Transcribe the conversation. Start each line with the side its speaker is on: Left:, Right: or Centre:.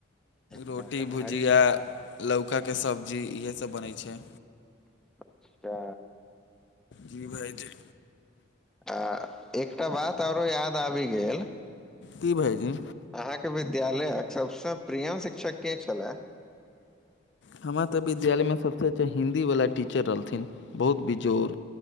Centre: अच्छा,
Left: रोटी
Centre: शाकाहारी
Left: भुजिया लौकाके सब्जी इएहे सब बनै छै
Centre: अच्छा
Left: जी भाइ जी
Centre: आ एकटा बात आरो याद आबि गेल
Left: की भायजी
Centre: अहाके विद्यालयक सबस प्रियम शिक्षक के छले
Left: हमरा तऽ विद्यालयमे सभसँ अच्छा हिन्दीवला टीचर रहलथिन बहुत बेजोड़